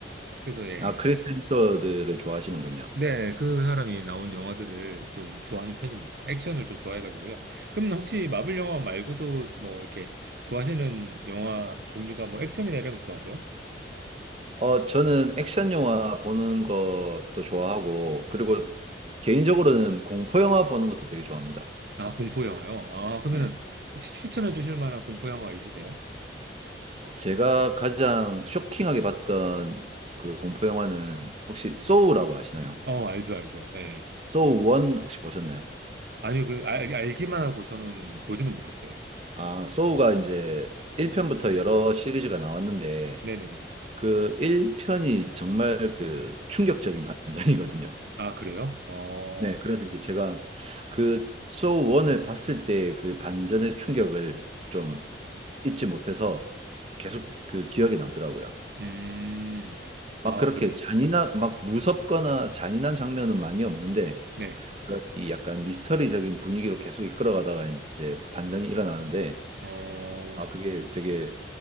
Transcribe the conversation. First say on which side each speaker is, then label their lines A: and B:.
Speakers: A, on the right; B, on the right.
A: 그래서 예.
B: 아, 크리스 햄스워드를 좋아하시는군요.
A: 네, 그 사람이 나온 영화들을 좀 좋아하는 편입니다. 액션을 좀 좋아해가지고요. 그럼 혹시 마블 영화 말고도 뭐 이렇게 좋아하시는 영화 종류가 뭐 액션이나 이런 거 좋아하세요?
B: 어, 저는 액션 영화 보는 것도 좋아하고, 그리고 개인적으로는 공포 영화 보는 것도 되게 좋아합니다.
A: 아, 공포 영화요? 아, 그러면
B: 음.
A: 혹시 추천해 주실 만한 공포 영화가 있으세요?
B: 제가 가장 쇼킹하게 봤던 그 공포 영화는 혹시 소우라고 아시나요?
A: 어, 알죠, 알죠. 예.
B: 소우 1 혹시 보셨나요?
A: 아니요, 그, 알, 알기만 하고 저는 보지는 못했어요.
B: 아, 소우가 이제 1편부터 여러 시리즈가 나왔는데,
A: 네네네.
B: 그 1편이 정말 그 충격적인 반전이거든요.
A: 아, 그래요? 어,
B: 네, 그래서 이제 제가 그 소우 1을 봤을 때 그 반전의 충격을 좀 잊지 못해서 계속 그 기억에 남더라고요.
A: 음,
B: 막
A: 아,
B: 그렇게
A: 그래요?
B: 잔인한, 막 무섭거나 잔인한 장면은 많이 없는데,
A: 네.
B: 그런 이 약간 미스터리적인 분위기로 계속 이끌어가다가 이제 반전이 일어나는데,
A: 어,
B: 아, 그게 되게